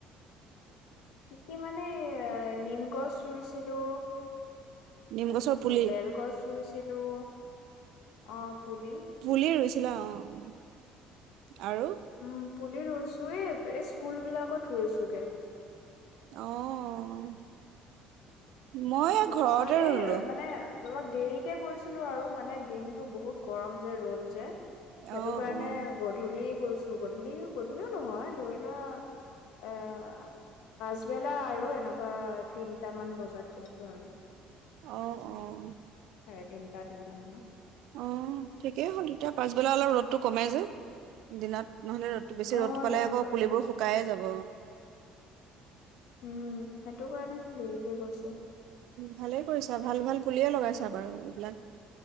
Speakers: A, on the left (about 75°); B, on the right (about 65°).
A: কি, কি মানে এ, নিম গছ ৰুইছিলোঁ
B: নিম গছৰ
A: আৰু
B: পুলি,
A: বেলগছ ৰুইছিলোঁ, অ'। পুলি
B: পুলিয়েই ৰুইছিলা? অ' আৰু
A: উম, পুলি ৰুইছোৱে এই স্কুলবিলাকত ৰুইছোগে।
B: অ' মই এ,
A: তাৰপিছত
B: ঘৰতে
A: এই
B: ৰুলোঁ।
A: মানে অলপ দেৰিকে গৈছিলো আৰু মানে দিনটো বহুত গৰম যে, ৰ'দ। যে, সেইটো
B: অ',
A: কাৰণে
B: অ',
A: গধূলি গৈ গধূলি, গধূলিয়ো নহয় ধৰি লোৱা এ, পাচবেলা আৰু এনেকুৱা তিনটামান বজাত গৈ <unintelligible>
B: অহ, অ'।
A: চাৰে, তিনিটা, তিনিটা মানত।
B: অ', ঠিকেই হ'ল, তেতিয়া পাছবেলা অলপ ৰ'দটো কমে যে, দিনত নহ'লে ৰ'দটো বেছি
A: অ'
B: ৰ'দটো পালে
A: সেইটো
B: আকৌ
A: কাৰণে
B: পুলিবোৰ শুকাই যাব।
A: উম, সেইটো কাৰণে দেৰিকে গৈছোঁ।
B: ভালে কৰিছা ভাল-ভাল পুলিয়ে লগাইছা বাৰু এইবিলাক